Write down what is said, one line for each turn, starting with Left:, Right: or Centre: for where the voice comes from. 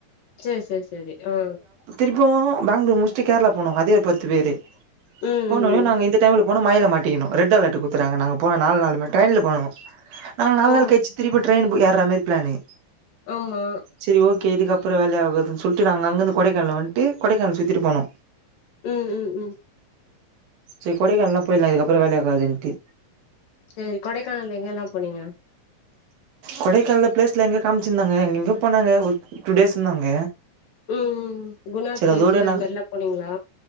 Left: சேர் சேர் சரி ஆ
Right: திரும்பவு பெங்களூர் முச்ட்டு கேரளா போனோ அதே பத்து பேரு
Left: ம்
Right: ஆனாலோ
Left: ம் ம்
Right: இந்த டைம்ல போனோ மழைல மாட்டிக்கிணு ரெட் அலர்ட் கொடுத்துடாங்க நாங்க போன நாலு நாளுமே டெய்ன்ல போனு நாங்க நால்
Left: ஓ
Right: நாள் கழிச்சு திருப்பி ட்ரெயின் ஏற்ற மாரி பிளானு
Left: ஆமா
Right: சரி ஓகே இதுக்கப்புறோ வேலைக்கு ஆகாதுன் சொல்ட்டு நாங்க அங்கந்து கொடைக்கானல வந்ட்டு கொடைக்கானல சுத்திட்டு போனோ
Left: ம் ம் ம்
Right: சரி கொடைக்கானல்லா போயிட்லா இதுக்கப்புறோ வேலைக்காதுன்ட்டு
Left: சேரி கொடைக்கானல எங்க எல்லா போனீங்க
Right: கொடைக்கால்ல பிளேஸ்லா எங்க காமிச்சிருந்தாங்க எங்க எங்கயோ போனாங்க ஒரு டூ டேஸ் இருந்தாங்க
Left: ம் குணா
Right: சரி
Left: கேவு
Right: அதோட
Left: அது
Right: நாங்
Left: மாரில்லா போனீங்களா